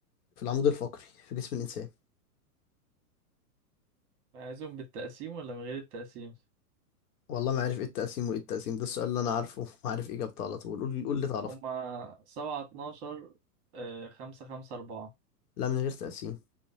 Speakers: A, on the left; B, on the right.
A: في العمود الفقري في جسم الانسان
B: عايزهم بالتقسيم ولا من غير التقسيم
A: والله ما عارف ايه التقسيم وايه التقسيم ده السؤال اللي انا عارفه <laughs> وعارف اجابته على طول قول قول اللي تعرفه
B: هما سبعة اتناشر آه، خمسة خمسة أربعة
A: لا من غير تقسيم